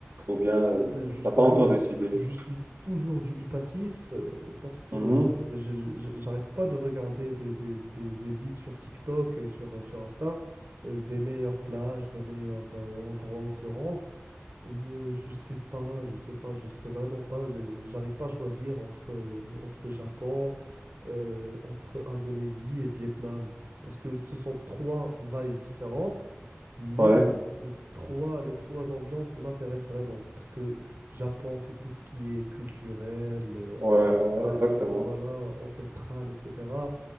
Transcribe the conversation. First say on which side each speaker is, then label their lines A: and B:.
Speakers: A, on the right; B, on the right.
A: ou bien
B: Eh ben, justement,
A: tu t'as pas encore décidé?
B: je suis toujours dubitatif euh, parce que
A: Mhm.
B: ben, je- je- j'arrête pas de regarder des, des, des edits sur TikTok et sur, euh, sur Insta, euh, des meilleures plages, des meilleurs euh, endroits où se rendre. Euh, je sais pas, je sais pas, je sais vraiment pas. je- je- J'arrive pas à choisir entre, euh, entre Japon, euh, entre Indonésie et Vietnam. Parce que ce sont trois vibes différentes, mais
A: Ouais,
B: les trois, les trois ambiances m'intéressent vraiment. Parce que Japon, c'est tout ce qui est culturel, euh,
A: ouais, ouais,
B: ah,
A: exactement.
B: voilà, ancestral, etc.